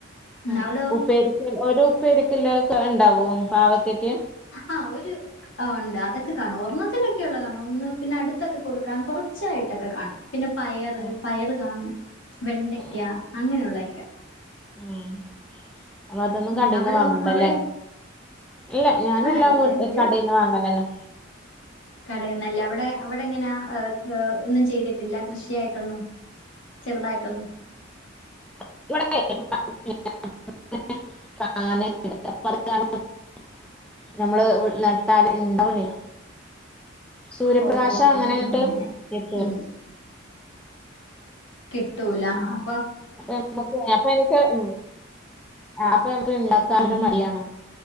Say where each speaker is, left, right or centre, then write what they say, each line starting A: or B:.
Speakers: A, on the left; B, in the centre.
A: ഉം
B: ആഹ്
A: അവിടോ
B: ഉപ്പേരിക്ക് ഒരു ഉപ്പേരിക്കില്ലൊക്കെ ഇണ്ടാവോ പാവക്കൊക്കെ
A: ആഹ് ഒര് ആഹ് ഉണ്ട് അതൊക്കെ കാണും ഒരണ്ണത്തിനൊക്കെയുള്ള കാണും ഒന്ന് പിന്നെ അടുത്തൊക്കെ കൊടുക്കാൻ കുറച്ചായിട്ടൊക്കെ കാണും പിന്നെ പയറ്
B: ആഹ്
A: പയറ് കാണും വെണ്ടയ്ക്ക
B: ആഹ്
A: അങ്ങനെയുള്ളയൊക്കെ
B: ആഹ് അപ്പൊ അതൊന്നും
A: ഉം
B: കടയിന്ന്
A: അവിടോ
B: വാങ്ങണ്ടല്ലേ
A: അവിടെ
B: ഇല്ല ഞാനെല്ലാം
A: ആ ഇല്ലെങ്കിലും
B: കടേന്ന് വാങ്ങലന്നെ
A: കടേന്നല്ലേ അവിടെ അവിടെങ്ങന ഏ ഏ ഒന്നും ചെയ്തിട്ടില്ല കൃഷിയായിട്ടൊന്നും ചെറുതായിട്ടൊന്നും
B: <inaudible> നമ്മള് വീട്ട്ല് നട്ടാല് ഇണ്ടാവണ്ല്യ സൂര്യപ്രകാശങ്ങനയങ്ങട്ട്
A: ഓ ഓ ഓ അങ്ങനെ
B: എത്തൂല
A: ഉം കിട്ടൂല ആഹ്
B: അപ്പൊ നമുക്ക് ഏ അപ്പൊ എനിക്ക് ഉം ആ അപ്പൊ നമ്മക്ക് ഇണ്ടാക്കാനൊരു
A: ഉം ഉം
B: മടിയാണ്
A: ഉം.